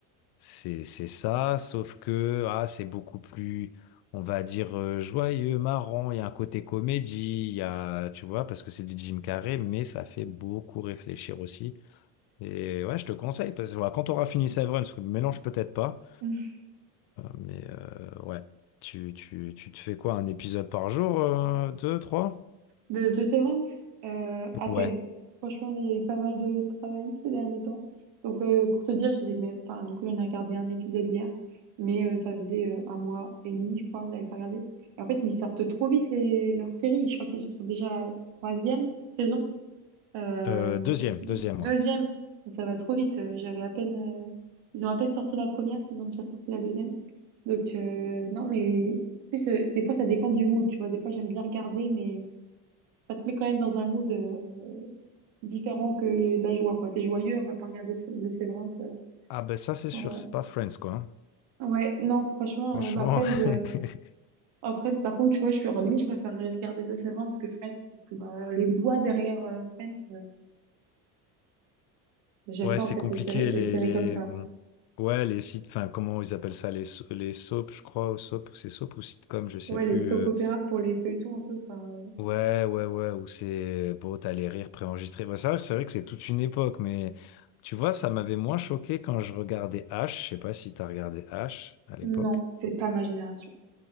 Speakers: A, on the left; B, on the right.
A: c'est, c'est ça, sauf que ah, c'est beaucoup plus, on va dire, euh, joyeux, marrant. Il y a un côté comédie, il y a, tu vois, parce que c'est du Jim Carrey, mais ça fait beaucoup réfléchir aussi. Et ouais, je te conseille, parce que voilà, quand tu auras fini Severance, parce que le mélange peut-être pas,
B: Mm.
A: mais euh, ouais, tu, tu, tu te fais quoi, un épisode par jour, euh, deux, trois?
B: De Jocerans, euh, à
A: Ouais,
B: peine. Franchement, là, il y a eu pas mal de travail ces derniers temps. Donc, euh, pour te dire, je l'ai même. Enfin, du coup, j'en ai regardé un épisode hier, mais euh, ça faisait euh, un mois et demi, je crois, que j'avais pas regardé. Et en fait, ils sortent trop vite les... leurs séries. Je crois qu'ils en sont déjà à la troisième saison. Euh,
A: Euh, deuxième,
B: j'ai- vu.
A: deuxième,
B: deuxième.
A: ouais.
B: Ça va trop vite. Euh, J'avais à peine. euh, Ils ont à peine sorti la première, ils ont déjà sorti la deuxième. Donc, euh, non, mais. En plus, euh, des fois, ça dépend du mood, tu vois. Des fois, j'aime bien regarder, mais ça te met quand même dans un mood euh, différent que de la joie, quoi. T'es joyeux, on va pas regarder Sé- The Severance. euh,
A: Ah ben ça, c'est
B: en-
A: sûr, c'est pas Friends, quoi. hein.
B: Ouais, non, franchement,
A: Franchement.
B: euh, bah, Friends, euh,
A: <laughs>
B: oh, Friends, par contre, tu vois, je suis en limite, je préfère regarder The Severance que Friends parce que bah, les voix derrière euh, Friends, euh, j'aime
A: Ouais,
B: pas
A: c'est
B: en fait
A: compliqué
B: les séries, les
A: les
B: séries
A: les
B: comme ça.
A: mmh, ouais les sites enfin comment ils appellent ça les so- les soaps je crois ou soap ou c'est soap ou sitcom je sais
B: Ouais,
A: plus
B: les soap
A: euh,
B: opéra pour les feuilletons un peu. Enfin, euh,
A: ouais ouais ouais ou c'est bon t'as les rires préenregistrés bah ça c'est vrai que c'est toute une époque mais tu vois ça m'avait moins choqué quand je regardais H je sais pas si t'as regardé H à l'époque
B: non, c'est pas ma génération.